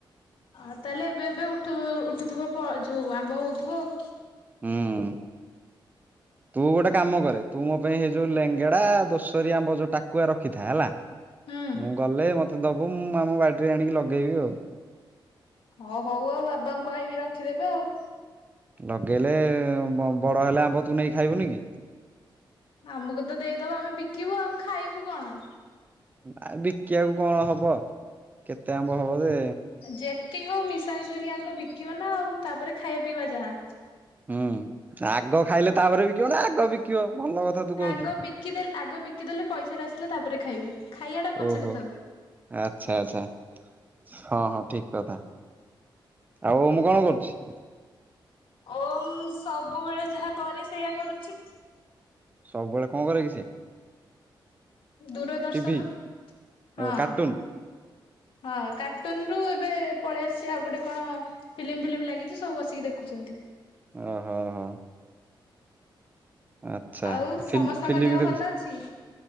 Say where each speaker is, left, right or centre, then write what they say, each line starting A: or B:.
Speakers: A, on the left; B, on the right.
A: ଅ ତାହେଲେ ଏବେ ଏବେ ଉଠୁ ଉଠୁଥୁବ ଯୋଉ ପ ଆମ୍ବ ହଉଥିବ ଆଉ
B: ହୁଁ ତୁ ଗୋଟେ କାମ କରେ ତୁ ମୋ ପାଇଁ ହେଇ ଯୋଉ ଲେଙ୍ଗେଡା ଦୋଷରି ଆମ୍ବ ଯୋଉ ଟାକୁଆ ରଖିଥା ହେଲା
A: ହୁଁ।
B: ମୁଁ ଗଲେ ମ ଦବୁ ମୁଁ ଆମ ବାଡିରେ ଆଣିକି ଲଗେଇବି ଆଉ
A: ହଁ ହଉ ଆଉ ବାବାଙ୍କୁ କହିବି ରଖିଦେବେ ଆଉ
B: ଲଗେଇଲେ ବ ବଡ ହେଲେ ଆମ୍ବ ତୁ ନେଇ ଖାଇବୁନି କି?
A: ଆମକୁ ତ ଦେଇଦବ ଆମେ ବିକିବୁ ଆଉ। ଖାଇବୁ କଣ?
B: ଆ ବି କିବାକୁ କଣ ହବ କେତେ ଆମ୍ବ ହବ ଯେ
A: ଯେ ତି ହଉ ମିଶା ମିଶା କରିକି ଆଗ ବିକିବା ନା ଆଉ ତାପରେ ଖାଇବା ପିଇବା ଯାହା
B: ହୁଁ ଆଗ ଖାଇଲେ ତାପରେ ବିକିିବ ନା ଆଗ ବିକିବ ଭଲ କଥା ତୁ କହୁଛୁ।
A: ଆଗ ବିକିଦଲେ ଆଗ ବିକିଦେଲେ ପଇସା ଟା ଆସିଲା ତାପରେ ଖାଇବୁ ଖାଇବାଟା ପଛରେ
B: ଓହୋ
A: ଥାଉ
B: ଆଚ୍ଛା ଆଚ୍ଛା ହଁ ହଁ ଠିକ କଥା ଆଉ ମୁଁ କଣ କରୁଛି?
A: ଓମ୍ ସବୁବେଳେ ଯାହା କରେ ସେଇଆ କରୁଚି।
B: ସବୁବେଳେ କଣ କରେ କି ସେ?
A: ଦୂରଦର୍ଶନ
B: ଟିଭି
A: ହଁ।
B: କାର୍ଟୁନ
A: ହଁ କାର୍ଟୁନ ରୁ ଏବେ ପଳେଇ ଆସି ଆଉ ଗୋଟେ କଣ ଫିଲ୍ମ ଫିଲ୍ମ ଲାଗିଛି ସବୁ ବସିକି ଦେଖୁଚନ୍ତି।
B: ଓ ହୋ ହୋ। ଆଚ୍ଛା।
A: ଆଉ ସମସ୍ତଙ୍କ
B: ଫିଲ୍ମ
A: ଦେହ
B: ଦେଖୁଛି
A: ଭଲ ଅଛି।